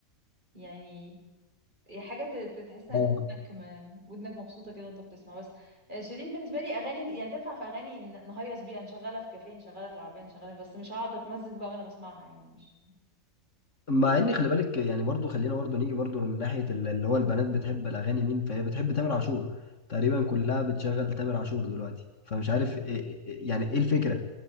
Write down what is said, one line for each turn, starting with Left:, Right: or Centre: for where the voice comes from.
Right: يعني هي حاجة ت- ت- تحس انك
Left: آه.
Right: ودنك م- ودنك مبسوطة كده وانت بتسمع بس آه، شيرين بالنسبة لي اغاني يعني تنفع في اغاني ن- نهيص بيها نشغلها في كافيه نشغلها في العربية نشغلها بس مش هقعد اتمزج بقى وانا بسمعها يعني مش
Left: مع ان خلي بالك يعني برضو خلينا برضو نيجي برضو من ناحيه ال- اللي هو البنات بتحب الاغاني مين فهي بتحب تامر عاشور تقريبا كلها بتشغل تامر عاشور دلوقتي فمش عارف إيه إيه- يعني ايه الفكره